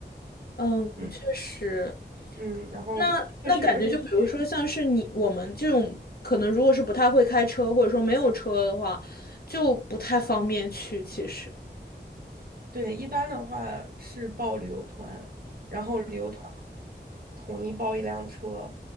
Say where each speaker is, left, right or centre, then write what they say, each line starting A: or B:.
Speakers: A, on the left (about 55°); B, on the right (about 55°).
A: 嗯，
B: 嗯
A: 确实。
B: 嗯，然后确实，
A: 那那感觉就比如说像是你我们这种可能如果是不太会开车或者说没有车的话，
B: 而且去
A: 就不太方便去。其实，
B: 对，一般的话是报旅游团，然后旅游团统一包一辆车，